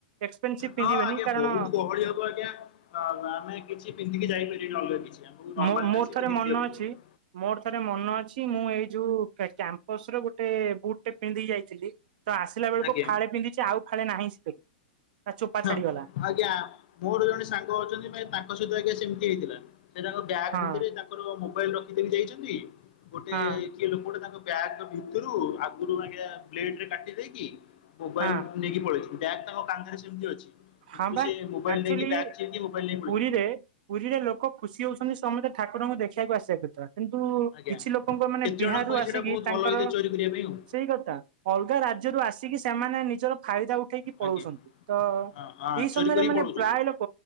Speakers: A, on the right; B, on the left.
A: ଏକ୍ସପେନସିଭ ପିନ୍ଧିବେନି
B: ହଁ ଆଜ୍ଞା,
A: କାରଣ
B: ବହୁତ ଗହଳି ହବ ଆଜ୍ଞା। ହଁ ଆମେ କିଛି ପିନ୍ଧିକି ଯାଇପାରିବାନି ଅଲଗା କିଛି ଆମକୁ ନର୍ମାଲ
A: ମୋ ମୋର
B: ଡ୍ରେସ୍ ହିଁ
A: ଥରେ
B: ପିନ୍ଧିକି
A: ମନେ
B: ଯିବାକୁ
A: ଅଛି
B: ପାଡ଼ିବ।
A: ମୋର ଥରେ ମନ ଅଛି ମୁଁ ଏଇ ଯୋଉ କ୍ୟାମ୍ପସ ରେ ଗୋଟେ ବୁଟଟେ ପିନ୍ଧି କି ଯାଇଥିଲି। ତ ଆସିଲା ବେଳକୁ
B: ଆଜ୍ଞା
A: ଫାଳେ ପିନ୍ଧିଛି ଆଉ ଫାଳେ ନାହିଁ ସେଥିରୁ। ତା ଚୋପା
B: ହଁ
A: ଛାଡିଗଲା
B: ଆଜ୍ଞା ମୋର ଜଣେ ସାଙ୍ଗ ଅଛନ୍ତି ତାଙ୍କ ସହିତ ଆଜ୍ଞା ସେମିତି ହେଇଥିଲା। ସେ ତାଙ୍କ ବ୍ୟାଗ୍
A: ହଁ
B: ଭିତରେ ତାଙ୍କର ମୋବାଇଲ ରଖିଦେଇକି ଯାଇଛନ୍ତି ଗୋଟେ
A: ହଁ
B: କି ଲୋକ ଗୋଟେ ତାଙ୍କ ବ୍ୟାଗ ଭିତରୁ ଆଗରୁ ଆଜ୍ଞା ବ୍ଲେଡରେ କାଟି ଦେଇକି ମୋବାଇଲ
A: ହଁ
B: <unintelligible> ନେଇକି ପଳେଇଛନ୍ତି। ବ୍ୟାଗ୍ ତାଙ୍କ କାନ୍ଧରେ ସେମିତି ଅଛି।
A: ହଁ
B: କିନ୍ତୁ
A: ବା
B: ସିଏ ମୋବାଇଲ
A: ଆକ୍ଚୁଆଲି
B: ନେଇଁ କି ବ୍ୟାଗ ଚିରିକି ମୋବାଇଲ ନେଇ କି ପଳେଇଛି।
A: ପୁରୀରେ ପୁରୀରେ ଲୋକ ଖୁସି ହଉଛନ୍ତି ସମସ୍ତେ ଠାକୁରଙ୍କୁ ଦେଖିବାକୁ ଆସିବା କଥା। କିନ୍ତୁ
B: ଆଜ୍ଞା।
A: କିଛି ଲୋକଙ୍କ ମାନେ
B: କେତେ
A: ବିହାରରୁ
B: ଜଣଙ୍କ ପାଇଁ
A: ଆସିକି
B: ସେଇଟା ବହୁତ
A: ତାଙ୍କର-।
B: ଭଲ ହେଇଥାଏ ଚୋରି କରିବା ପାଇଁ ଆଉ
A: ସେଇ କଥା। ଅଲଗା ରାଜ୍ୟରୁ ଆସିକି ସେମାନେ ନିଜର ଫାଇଦା ଉଠେଇକି ପଳଉଛନ୍ତି।
B: ଆଜ୍ଞା।
A: ତ
B: ହଁ ହଁ
A: ଏଇ
B: ଚୋରି
A: ସମୟରେ
B: କରିକି
A: ମାନେ
B: ପଳଉଛନ୍ତି
A: ପ୍ରାୟ ଲୋକ,